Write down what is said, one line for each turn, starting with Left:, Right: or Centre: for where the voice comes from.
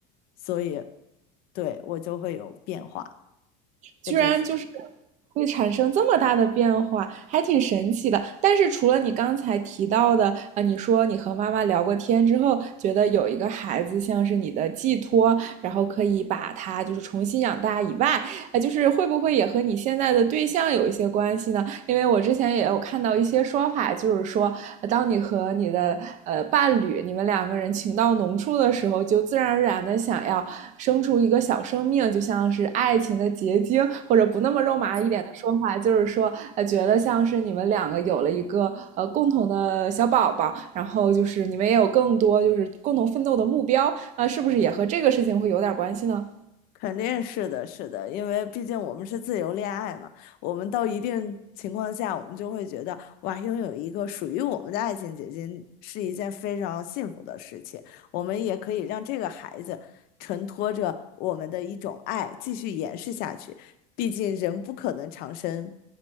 Left: 所以对我就会有变化。
Right: 居然就是
Left: 这在这个。
Right: 会产生这么大的变化，还挺神奇的。但是除了你刚才提到的，呃，你说你和妈妈聊过天之后，觉得有一个孩子像是你的寄托，然后可以把他就是重新养大以外，呃，就是会不会也和你现在的对象有一些关系呢？因为我之前也有看到一些说法，就是说，呃当你和你的呃伴侣，你们两个人情到浓处的时候，就自然而然的想要生出一个小生命，就像是爱情的结晶，或者不那么肉麻一点的说法，就是说，呃，觉得像是你们两个有了一个呃共同的小宝宝，然后就是你们也有更多就是共同奋斗的目标，啊、呃是不是也和这个事情会有点关系呢？
Left: 肯定是的，是的，因为毕竟我们是自由恋爱嘛，我们到一定情况下，我们就会觉得，哇，拥有一个属于我们的爱情结晶是一件非常幸福的事情。我们也可以让这个孩子承托着我们的一种爱，继续延续下去。毕竟人不可能长生